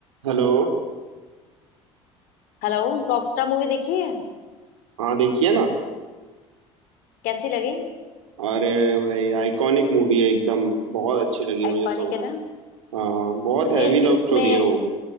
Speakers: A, on the right; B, on the left.
A: Hello
B: Hello Rockstar movie देखी है
A: हाँ देखिए ना
B: कैसी लगी
A: अरे भाई आइकॉनिक मूवी है एकदम बहुत अच्छी लगी
B: आइकॉनिक
A: मुझे तो
B: है ना
A: हाँ बहुत
B: तुम्हें
A: हैवी लव
B: इसमें
A: स्टोरी है वो